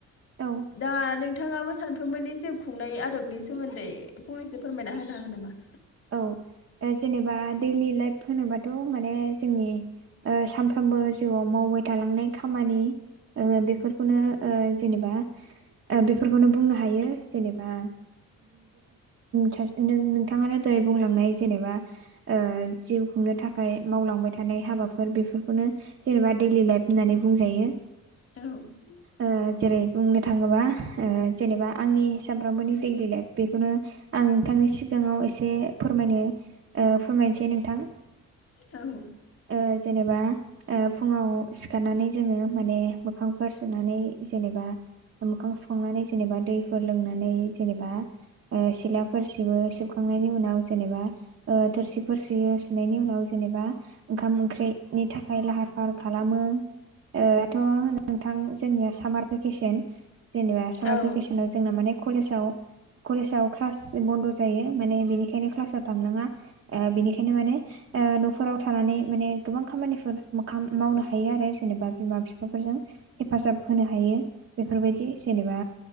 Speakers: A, on the right; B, on the left.
A: औ
B: दा नोंथाङाबो सानफ्रोमबोनि जिउ खुंनाय आदब नि सोमोन्दै फंनैसो फोरमायना होनो हागोन नामा?
A: औ जेनेबा दैलि लाइफ होनोबाथ' माने जोंनि ओ सानफ्रोमबो जिउआव मावबाय थालांनाय खामानि ओ बेफोरखौनो ओ जेनेबा ओ बेफोरखौनो बुंनो हायो जेनेबा ससे नोंथाङानो <unintelligible> बुंलांनाय जेनेबा ओ‌ जिउ खुंनो थाखाय मावलांबाय थानाय हाबाफोर बेफोरखौनो जेनेबा दैडलि लाइफ होननानै बुंजायो
B: औ
A: ओ जेरै बुंनो थाङोबा जेनेबा आंनि सानफ्रोमबोनि दैडलि लाइफ बेखौनो आं नोंथांनि सिगाङाव एसे फोरमायनो फोरमायनोसै नोंथां
B: औ
A: ओ जेनेबा ओ फुङाव सिखारनानै जोङो माने मोखांफोर सुनानै जेनेबा मोखां सुखांनानै जेनेबा दैफोर लोंनानै जेनेबा सिलाफोर सिबो सिब नि उनाव जेनेबा थोरसिफोर सुयो सुनायनि उनाव जेनेबा ओंखाम ओंख्रिनि थाखाय लाहार फाहार खालामो ओ‌ थ नोंथां जोंनिया सामार भेकेसन जेनेबा सामार
B: औ
A: भेकेसनाव जोंना माने कलेजाव कलेजाव क्लास बन्द' जायो माने बिनिखायनो क्लासाव थांनाङा ओ बिनिखायनो माने ओ न'फोराव थानानै माने गोबां खामानिफोर मोखां मावनो हायो आरो जेनेबा बिमा बिफाफोरजों हेफाजाब होनो हायो बेफोरबायदि जेनेबा